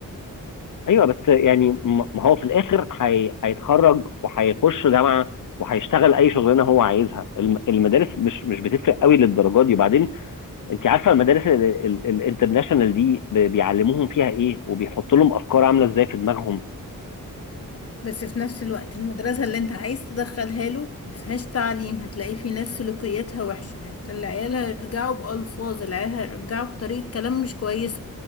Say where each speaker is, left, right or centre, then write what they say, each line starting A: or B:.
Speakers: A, on the left; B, on the left.
A: ايوه بس يعني م- ما هو في الاخر حي... هيتخرج وهيخش جامعه وهيشتغل اي شغلانه هو عايزها الم... المدارس مش مش بتفرق قوي للدرجه دي وبعدين انت عارفه المدارس ال- ال- الانترناشونال دي ب- بيعلموهم فيها ايه وبيحطوا لهم افكار عامله ازاي في دماغهم
B: بس في نفس الوقت المدرسة اللي انت عايز تدخلها له مفيهاش تعليم هتلاقي في ناس سلوكياتها وحشة هت- العيال هيرجعوا بألفاظ العيال هيرجعوا بطريقة كلام مش كويسة